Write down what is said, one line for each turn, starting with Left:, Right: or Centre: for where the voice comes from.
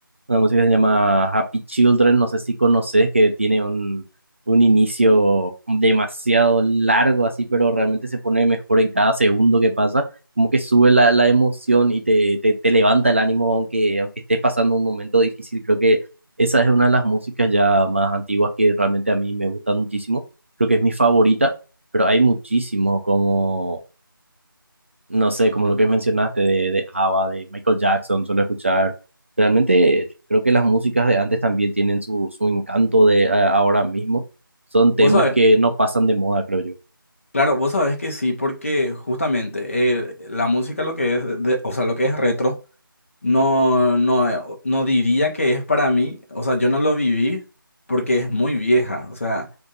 Right: una música que se llama Happy Children, no sé si conoces, que tiene un, un inicio demasiado largo así, pero realmente se pone mejor en cada segundo que pasa. Como que sube la, la emoción y te, te, te levanta el ánimo, aunque, aunque estés pasando un momento difícil. Creo que esa es una de las músicas ya más antiguas que realmente a mí me gustan muchísimo. Creo que es mi favorita, pero hay muchísimo como no sé, como lo que mencionaste de, de ABBA, de Michael Jackson, suelo escuchar. Realmente creo que las músicas de antes también tienen su, su encanto de eh, ahora mismo. Son temas
Left: Vos sabés,
Right: que no pasan de moda, creo yo. <laughs>
Left: claro, vos sabés que sí, porque justamente eh, la música lo que es, de- o sea, lo que es retro. No, no, no diría que es para mí, o sea, yo no lo viví porque es muy vieja, o sea,